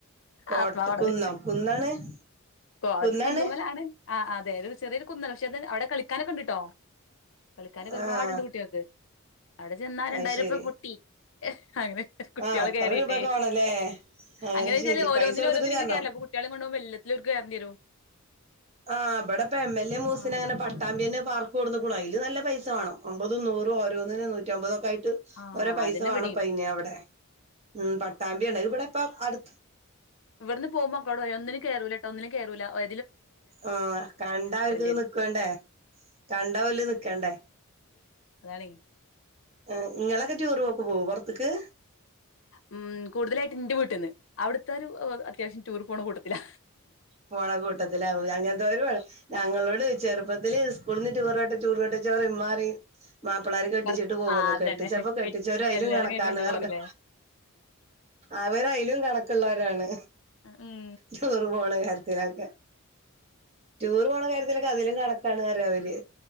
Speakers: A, on the right (about 30°); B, on the left (about 60°).
A: കോട്ട്
B: ആത്മാവാണത്
A: കുന്നോ കുന്നാണ് <inaudible> കുന്നാണ്
B: അത് കുന്നുമലാണ്. ആ അ അതെ ഒരു ചെറിയൊരു കുന്നല പക്ഷെ അത് അവിടെ കളിക്കാനൊക്കെ ഉണ്ടിട്ടോ. കളിക്കാനൊക്കെ
A: ആഹ്
B: ഒരുപാടുണ്ട് കുട്ടിൾക്ക്. അവിടെ ചെന്നാ
A: അത്
B: രണ്ടായിരംപ്പ
A: ശരി
B: പൊട്ടി. അങ്ങനെ കുട്ടികള്
A: ആഹ് അത്ര
B: കയറിട്ടേ.
A: രൂപക്കെ വേണല്ലേ അയ്
B: അങ്ങനെച്ചാല്
A: ശരി
B: ഓരോന്നിന്
A: പൈസ കൊടുത്തിട്ട്
B: ഓരോന്നിന്
A: കേറണം
B: ഇങ്ങനെ കേറെല്ലേ അപൊ കുട്ടിളെ കൊണ്ടോഉമ്പോ എല്ലത്തിലും ഓല്ക് കെറേണ്ടിരും.
A: ആഹ് വടെപ്പോ എം എൽ എ മൂസിനാ
B: ആഹ്
A: അങ്ങനെ പട്ടാമ്പിന്നേ പാർക്ക് കൊടുന്നുക്കുണ് അഴില് നല്ല പൈസ വേണം. അമ്പതും നൂറും ഓരോന്നിന് നൂറ്റമ്പതൊക്കെ ആ ട്ടും
B: ആഹ്
A: ഓരോ പൈസ
B: അതന്നെ
A: വേണം
B: ഇവിടേം
A: ഇപ്പയ്ന് അവ്ടെ ഉം പട്ടാമ്പിയെണ്ട് ഇവടെ ഇപ്പം അട്
B: ഇവടെന്ന് പോഉമ്പോ അക്കളോടറിം ഒന്നിലും കേറുല്ലാട്ടോ ഒന്നിലും കേറുല്ലാ ഒ
A: ആഹ് കണ്ടാ ഒര്തി
B: വരും
A: നിക്കണ്ടേ കണ്ട വല്ല നിക്കണ്ടേ?
B: അതാണെ
A: ഏഹ് ഇങ്ങളൊക്കെ ട്യൂറ് ഓക് പോവോ പൊറത്ക്ക്?
B: ഉം കൂടുതലായിട്ട് എന്റെ വീട്ടിന്ന് അവിടുത്തെ ഒരു അത്യാവശ്യം ടൂർ പോണ കൂട്ടത്തില്ല.
A: പോണ കൂട്ടത്തിലാവൂലെ അങ്ങെനേതൊരു ഞങ്ങളോട് ചെറുപ്പത്തില് സ്കൂളിന്ന് ടൂർ പോയിട്ട് ടൂർ പോയിട്ട് മ്മറി മാപ്പിളാർ കെട്ടിച്ചിട്ട്
B: ഭർ
A: പോകുന്നു
B: ആ അതന്നെ
A: കെട്ടിച്ചപ്പോ കെട്ടിച്ചവര അയലും
B: കല്യാണം
A: കണക്കാണ്
B: കഴിഞ്ഞിട്ട് കൊണ്ടോവാറില്ലേ
A: പറഞ്ഞു. അവരയാലും കണക്കെള്ളവരാണ്
B: ഉം
A: ടൂറ് പോണ കാരാ ത്തിലെക്കേ ടൂർ പോണാ കാര്യത്തിലൊക്കെ അതിലും കണക്കാണ് <unintelligible> അവര്